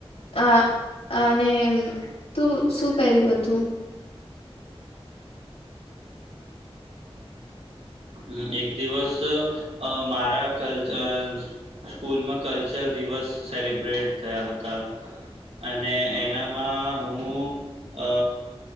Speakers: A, on the left (about 75°); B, on the right (about 75°).
A: અ અને તું શું પહેર્યું હતું
B: હમ એક દિવસ અ મારા કલ્ચ સ્કૂલમાં કલ્ચર દિવસ સેલિબ્રેટ થયા હતા અને એનામાં હું અ